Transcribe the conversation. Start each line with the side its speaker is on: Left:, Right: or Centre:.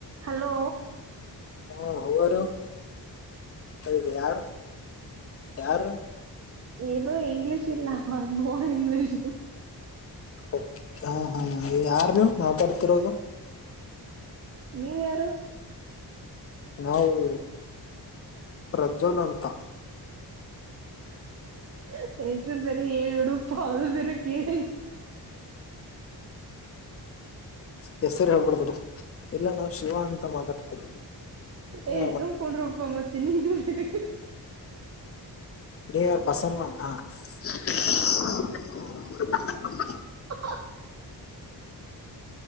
Right: Hello
Left: ಹಾ how are you. ಇದು ಯಾರು ಯಾರು.
Right: ಇದು ಇಂಗ್ಲೀಷ್ ಇಲ್ಲ ನೋ ಇಂಗ್ಲೀಷ್.
Left: ಓಕೆ ಹಾ ಹಾ ಯಾರ್ ನೀವು ಮಾತಾಡ್ತಿರೋದು.
Right: ನೀವ್ ಯಾರೂ.
Left: ನಾವು ಪ್ರಜ್ವಲ್ ಅಂತ.
Right: ಹ ಹೆಸರ್ ಬೇರೆ ಏಡುು <unintelligible>
Left: ಹೆಸರ ಹೇಳ್ಬಡ್ ಬಿಡ್ ಎಲ್ಲ ನಾವ್ ಶಿವಾ ಅಂತ ಮಾತಾಡ್ತಿರೋದು. ನೀವ್
Right: ಏ ಸುಮ್ಮ ಕುಂಡ್ರೊಪ್ಪಾ ಮತ್ತ ನಿಂದ ಬೇರೆ.
Left: ನೀ ಯಾರ್ ಬಸಮ್ಮನ್ ಹ. <unintelligible>
Right: ಆ